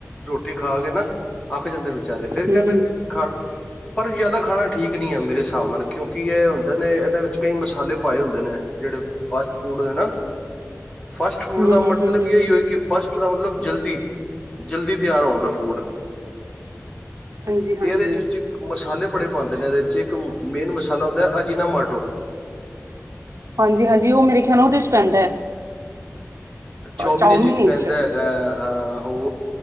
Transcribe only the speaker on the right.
ਹੂੰ ਹੂੰ
ਹੂੰ
ਹੂੰ
ਹੂੰ ਹੂੰ
ਹਾਂਜੀ ਹਾਂਜੀ
ਹਾਂਜੀ, ਹਾਂਜੀ ਉਹ ਮੇਰੇ ਖਿਆਲ ਉਹਦੇ ਚ ਪੈਂਦਾ ਹੈ।
ਚਾਊਮੀਨ
ਵਿੱਚ